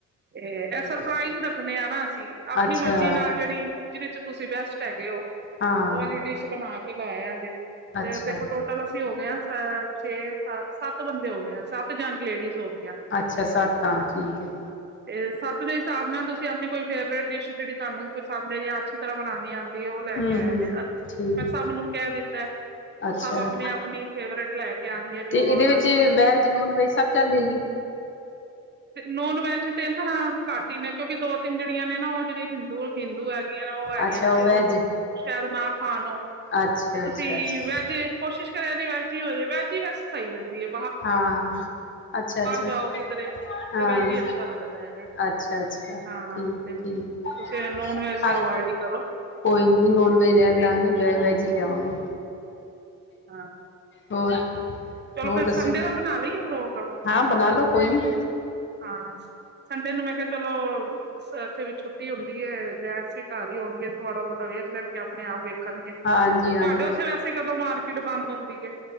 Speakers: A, on the right (about 35°); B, on the left (about 40°).
A: ਤੇ
B: ਹਾਂ
A: ਇਹ ਸਰਪ੍ਰਾਈਜ਼ ਰੱਖਣੇ ਆ ਨਾ ਅਸੀਂ ਆਪਣੀ
B: ਅੱਛਾ
A: ਮਰਜ਼ੀ ਨਾਲ ਜਿਹੜੀ ਜਿਹਦੇ ਚ ਤੁਸੀਂ ਬੈਸਟ ਹੈਗੇ ਹੋ
B: ਹਾਂ
A: ਉਹ ਵਾਲੀ ਡਿਸ਼ ਬਣਾ ਕੇ ਲੈ ਆਇਆ ਜੇ
B: ਅੱਛਾ
A: ਜੈਏ ਦੇਖੋ ਟੋਟਲ ਅਸੀਂ ਹੋ ਗਏ ਹਾਂ ਸ ਛੇ ਹਾਂ, ਸੱਤ ਸੱਤ ਬੰਦੇ ਹੋ ਗਏ ਆ ਸੱਤ ਜਨ ਲੇਡੀਜ਼ ਹੋ ਗਏ
B: ਅੱਛਾ, ਸੱਤ ਆ ਠੀਕ ਏ
A: ਤੇ ਸੱਤ ਦੇ ਹਿਸਾਬ ਨਾਲ ਤੁ ਆਪਣੀ ਕੋਈ ਫੇਵਰੇਟ ਡਿਸ਼ ਜਿਹੜੀ ਤੁਹਾਨੂੰ ਪਸੰਦ ਹੈ ਜਾਂ ਅੱਛੀ ਤਰ੍ਹਾਂ ਬਣਾਣੀ ਆਦੀ ਉਹ ਲੈ
B: ਹੂੰ
A: ਕੇ ਆਇਆ
B: ਹੂੰ
A: ਜਹਾ
B: ਠੀਕ
A: ਮੈਂ ਸਭ ਨੂੰ ਕਹਿ ਦਿੱਤਾ ਉਹ
B: ਅੱਛਾ
A: ਸਭ ਆਪਣੀ ਆਪਣੀ ਫੇਵਰੇਟ ਲੈ ਕੇ ਆਉਣੀਆਂ ਜੋ
B: ਤੇ ਇਹਦੇ
A: ਉਹਨਾਂ
B: ਵਿੱਚ
A: ਨੂੰ
B: ਵੈਜ, ਨੋਨ -ਵੈਜ ਸਭ ਚੱਲ ਜਾਏਗੀ
A: ਨੋਨ- ਵੈਜ ਤੇ ਨਾ ਘੱਟ ਨੇ ਕਿਉਂਕਿ ਦੋ ਤਿੰਨ ਜਿਹੜੀਆਂ ਨੇ ਨਾ ਉਹ ਜਿਹੜੇ ਹਿੰਦੂ ਹਿੰਦੂ ਹੈਗੀਆਂ ਨੇ ਉਹ ਹੈਗੀਆਂ
B: ਅੱਛਾ
A: ਨੇ ਤੇ
B: ਵੈਜ
A: ਉਹ ਸ਼ਾਇਦ ਨਾ ਹਾਂ
B: ਅੱਛਾ
A: ਤੇ ਤੁਸੀਂ
B: ਅੱਛਾ ਅੱਛਾ
A: ਵੈਜ ਕੋਸ਼ਿਸ਼ ਕਰਿਆ ਜੇ ਵੈਜ ਜੀ ਹੋਜੇ ਵੈਜ ਹੀ ਵੈਸੇ ਸਈ ਰਹਿੰਦੀ ਏ
B: ਹਾਂ ਅੱਛਾ, ਅੱਛਾ
A: ਜਾਓ ਕਿਧਰੇ
B: ਹਾਂ
A: ਤੇ ਵੈਜ ਹੀ ਅੱਛਾ ਲੱਗਦਾ ਹੈਗਾ
B: ਅੱਛਾ, ਅੱਛਾ ਠੀਕ,
A: ਹਾਂ ਤੇ ਤੁਸੀਂ
B: ਠੀਕ
A: ਨੋਨ ਵੈਜ
B: ਹ
A: ਤੇ ਅਵੋਇਡ ਹੀ ਕਰੋ
B: ਕੋਈ ਨੀ ਨੋਨ
A: ਹੂੰ
B: ਵੈਜ ਰਹਿਣ ਦਾਂਗੇ ਵ ਵੈਜ ਹੀ ਲਿਆਵਾਂਗੇ
A: ਹਾਂ
B: ਹੋਰ
A: ਚਲੋ
B: ਹੋਰ
A: ਫਿਰ
B: ਦੱਸੋ
A: ਸੰਡੇ ਦਾ ਬਣਾ ਲਈਏ ਪ੍ਰੋਗਰਾਮ
B: ਹਾਂ। ਬਣਾ ਲੋੋ ਕੋਈ ਨੀ
A: ਹਾਂ, ਸੰਡੇ ਨੂੰ ਮੈਂ ਕਿਹਾ ਚਲੋ ਇੱਥੇ ਵੀ ਛੁੱਟੀ ਹੁੰਦੀ ਹੈ। ਜੈਸ ਵਿ ਘਰ ਹੀ ਹੋਣਗੇ ਥੋੜਾ ਬਹੁਤਾ ਵੇਖ ਲੈਣਗੇ ਆਪਣੇ ਆਪ ਵੇਖ ਕਰਨਗੇ ਤੁਹਾਡੇ
B: ਹਾਂਜੀ ਹਾਂਜੀ
A: ਉੱਥੇ ਵੈਸੇ ਕਦੋਂ ਮਾਰ ਕੇ ਮਾਰਕੀਟ ਬੰਦ ਹੁੰਦੀ ਹੈ